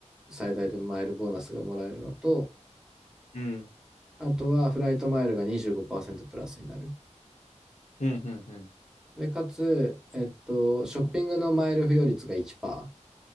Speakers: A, in the centre; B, on the left.
A: 最大でマイルボーナスがもらえるのと、
B: うん、
A: あとはフライトマイルが25%プラスになる。
B: うん、うん。
A: で、かつ、えっと、ショッピングのマイル付与率が1%。